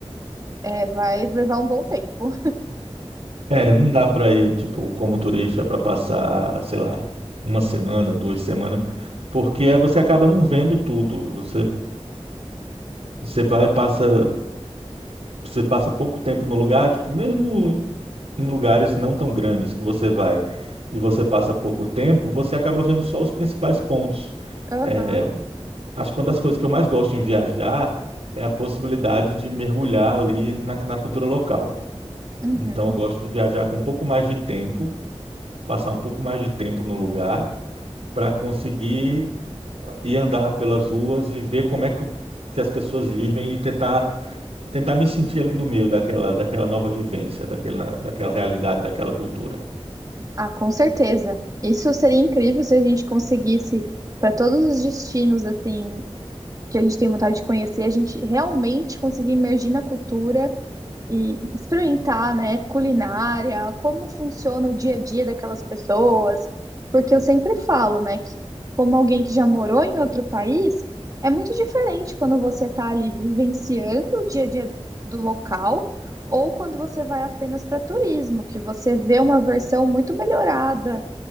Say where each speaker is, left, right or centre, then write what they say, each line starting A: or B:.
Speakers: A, on the right; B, on the right.
A: é, vai levar um bom tempo.
B: É, não dá para ir, tipo, como turista para passar, sei lá, uma semana, duas semanas, porque você acaba não vendo tudo. Você, você vai, passa você passa pouco tempo no lugar, tipo, mesmo em lugares não tão grandes que você vai e você passa pouco tempo, você acaba vendo só os principais pontos.
A: <laughs> Aham,
B: É, acho que uma das coisas que eu mais gosto em viajar é a possibilidade de mergulhar ali na, na cultura local.
A: uhum.
B: Então, eu gosto de viajar com um pouco mais de tempo, passar um pouco mais de tempo no lugar, para conseguir ah, ir andar pelas ruas e ver como é que, o- que as pessoas vivem e tentar tentar me sentir ali no meio daquela, daquela nova vivência, daquela, daquela realidade, daquela cultura.
A: Ah, com certeza. Isso seria incrível se a gente conseguisse, para todos os destinos assim que a gente tem vontade de conhecer, a gente realmente conseguir imergir na cultura e experimentar, né, culinária, como funciona o dia a dia daquelas pessoas, porque eu sempre falo, né, que como alguém que já morou em outro país, é muito diferente quando você está ali vivenciando o dia a dia do local ou quando você vai apenas para turismo, que você vê uma versão muito melhorada,